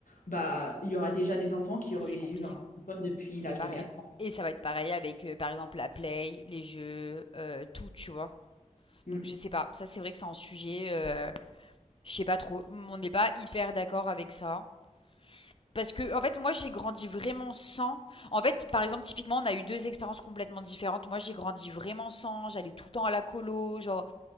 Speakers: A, on the left; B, on the left.
A: bah, il y aura déjà des enfants qui auraient
B: c'est compliqué.
A: eu un téléphone depuis
B: C'est
A: l'âge
B: pareil.
A: de quatre ans.
B: Et ça va être pareil avec, euh, par exemple, la play, les jeux, euh, tout, tu vois.
A: Mm.
B: Donc, je sais pas. Ça, c'est vrai que c'est un sujet, euh, je sais pas trop. On n'est pas hyper d'accord avec ça. Parce que, en fait, moi, j'ai grandi vraiment sans. En fait, par exemple, typiquement, on a eu deux expériences complètement différentes. Moi, j'ai grandi vraiment sans. J'allais tout le temps à la colo. Genre,